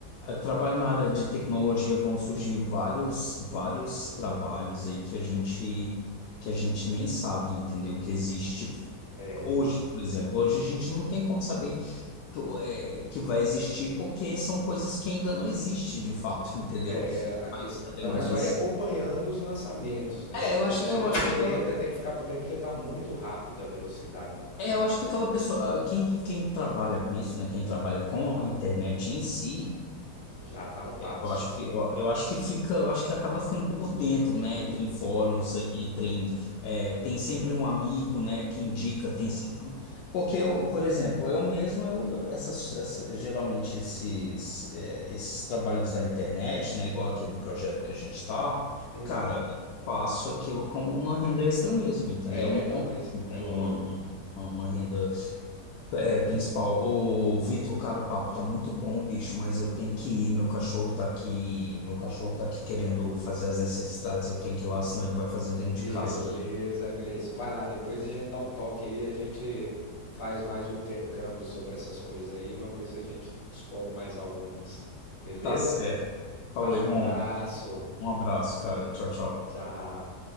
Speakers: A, on the left (about 80°); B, on the left (about 50°).
A: eh, trabalho na área de tecnologia vão surgir vários vários trabalhos aí que a gente que a gente nem sabe, entendeu? Que existe
B: É,
A: hoje, por exemplo. Hoje a gente não tem como saber que, eh, que vai existir porque são coisas que ainda não existem de fato, <laughs> entendeu?
B: é, a questão
A: É, mas
B: é só ir acompanhando os lançamentos, né?
A: é,
B: Se a
A: eu
B: gente
A: acho, que
B: fica
A: eu acho
B: por
A: que
B: dentro,
A: eu,
B: é, tem que ficar por dentro porque está muito rápido a velocidade da coisa.
A: É, eu acho que aquela pessoa, ah, quem, quem trabalha com isso, né? Quem trabalha com a internet em si,
B: Já está um passo.
A: eu acho que, eu, eu acho que fica, eu acho que acaba ficando por dentro, né? Entre em fóruns aí, entre em, é, tem sempre um amigo, né? Que indica, tem sempre um... Porque eu, por exemplo, eu mesmo, eu, essas, essa- geralmente esses, é, esses trabalhos da internet, né? Igual aquele projeto que a gente tá,
B: Hum,
A: cara, eu faço aquilo como uma renda extra mesmo, entendeu?
B: é,
A: Não
B: não,
A: como
B: mas
A: como
B: é lógico.
A: uma, uma uma- uma renda é, principal. Ô, Vitor, cara, o papo tá muito bom, bicho, mas eu tenho que ir. Meu cachorro tá aqui, meu cachorro tá aqui querendo fazer as necessidades. Eu tenho que ir lá, senão ele vai fazer dentro
B: Beleza,
A: de casa.
B: Gleison. Vai lá, depois a gente dá um toque aí, a gente faz mais um intercâmbio sobre essas coisas aí, vamos ver se a gente descobre mais algumas. Beleza?
A: Tá certo. Falou,
B: Abraço.
A: irmão. Um abraço, cara. Tchau, tchau.
B: Tchau.